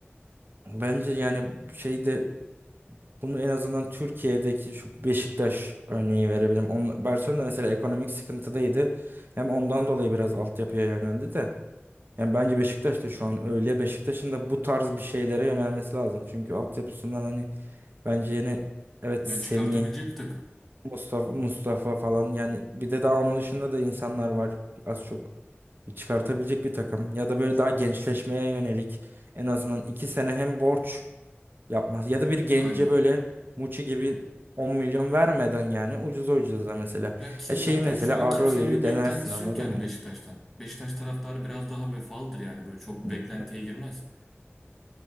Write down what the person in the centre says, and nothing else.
Yani
çıkartabilecek bir takım.
Aynen.
Ya ki
zaten
şu an
kimsenin bir
beklentisi
yok yani
Beşiktaş'tan. Beşiktaş taraftarı biraz daha vefalıdır yani böyle çok bir
beklentiye
girmez.